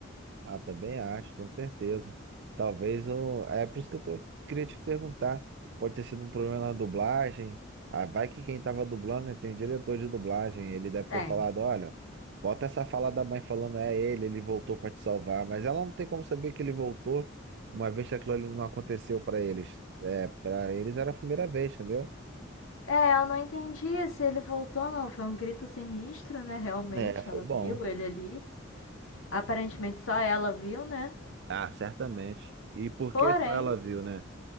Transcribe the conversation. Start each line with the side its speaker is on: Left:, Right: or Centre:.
Right: Ah, também acho, com certeza. Talvez eu. É por isso que eu tô... queria te perguntar. Pode ter sido um problema na dublagem. Ah, vai que quem tava dublando, né, tem um diretor de dublagem. Ele deve
Left: Tem.
Right: ter falado: olha, bota essa fala da mãe falando, é ele, ele voltou pra te salvar. Mas ela não tem como saber que ele voltou, uma vez que aquilo ali não aconteceu pra eles. É, para eles era a primeira vez, entendeu?
Left: É, eu não entendi se ele voltou ou não. Foi um grito sinistro, né? Realmente,
Right: É, foi
Left: ela
Right: bom.
Left: viu ele ali. Aparentemente só ela viu, né?
Right: Ah, certamente. E por
Left: Porém,
Right: que só ela viu, né?